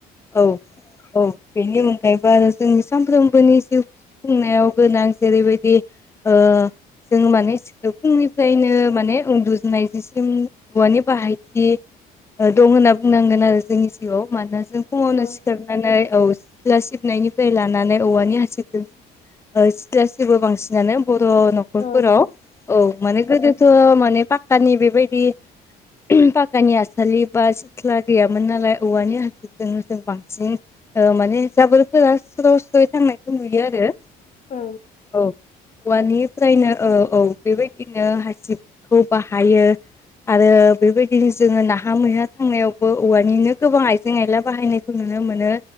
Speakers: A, on the left; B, on the left.
A: औ औ बेनि अनगायैबो आरो जोंनि सानफ्रोमबोनि जिउ हबोमनायावबो जेरैबायदि ओ जों माने फुंनिफ्रायनो माने उन्दुजनाय जिसिम औवानि बाहायथि दं होनना बुंनांगोन आरो जोंनि जिउआव मानोना जों फुङावनो
B: औ
A: सिखारनानै औ सिथ्ला सिबनायनिफ्राय लानानै औवानि हासिबजों सिथलासेबो बांसिनानो बर' न नखरफोराव
B: औ
A: औ माने गोदोथ' माने पाक्कानि बेबायदि फाखानि हसालि बा सिथ्ला गैयामोन नालाय औवानि हा जों बांसिन माने ओ जाबोरफोरा सोराव सै थांनायखौ नुयो आरो।
B: औ।
A: औ औवानिफ्रायनो औ औ बेबायदिनो हासिब बाहायो। आरो बेबायदिनो जोंङो नाहा मैहा थांनायावबो औवानिनो गोबां आइजें आयला बाहायनो नुनो मोनो।